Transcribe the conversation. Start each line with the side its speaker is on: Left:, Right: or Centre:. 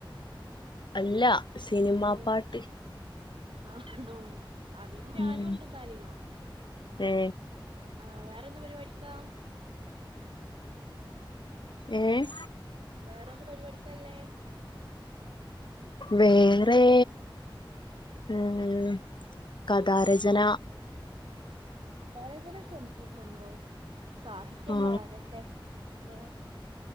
Left: അല്ലാ സിനിമാ
Right: ഏ
Left: പാട്ട്
Right: ആണോ അതിന് ഞാനും
Left: ഉം
Right: ഉണ്ട് ന്നാല്
Left: ഏ
Right: ആഹ് വേറെന്ത് പരിവാടിക്കാ?
Left: ഏഹ്
Right: വേറെന്ത് പരിപാടിക്കല്ലേ
Left: വേറെ ഉം കഥാരചന
Right: രചന <unintelligible> കണ്ടോ സാഹിത്യം
Left: ആ
Right: വളരെട്ടെ ല്ലെ